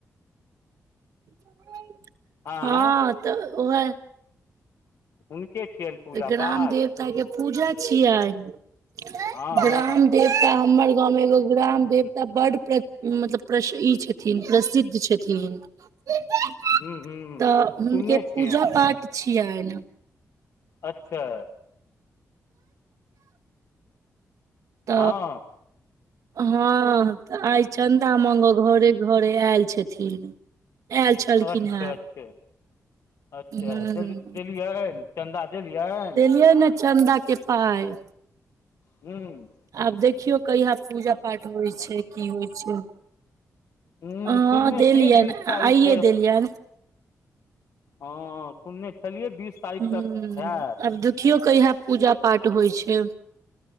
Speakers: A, on the right; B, on the left.
A: <unintelligible>
B: आँय
A: हँ त ओहे
B: हुनके छियनि पूजा
A: त ग्राम
B: पाठ
A: देवता के पूजा छियै आय <unintelligible>
B: हँ
A: ग्राम
B: हँ
A: देव त हमर गाँव मे एगो ग्राम देवता बड प्र मतलब प्रस ई छथिन प्रसिद्ध छथिन <unintelligible>
B: हूँ हूँ
A: त हुनके
B: सुनने छियनि
A: पूजा पाठ छियैन
B: अच्छा
A: त
B: हँ
A: हँ त आइ चन्दा मांगअ घरे घरे आयल छथिन आयल छलखिन
B: अच्छे
A: हेँ
B: अच्छे अच्छे
A: ह
B: देली देलियेन चन्दा देलियेन
A: दियो न चन्दा के पाय
B: हूँ
A: आब देखियौ कहिया पूजा पाठ होइ छै की होइ छै
B: हूँ
A: ह
B: सुनने
A: देलियन
B: छियै बीस तारीखके
A: आइे देलियन
B: हँ सुनने छलियै बीस तारीख
A: <inaudible> हू
B: तक हैत
A: आब देखियो कहिया पूजा पाठ होइ छै